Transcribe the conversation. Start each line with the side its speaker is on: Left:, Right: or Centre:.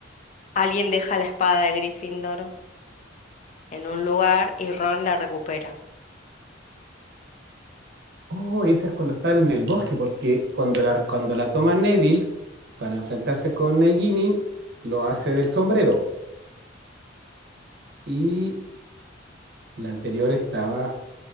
Left: alguien deja la espada de Gryffindor en un lugar y Ron la recupera.
Right: Oh, y eso es cuando están en el bosque, porque cuando la, cuando la toma Neville para enfrentarse con Nagini, lo hace del sombrero. Y la anterior estaba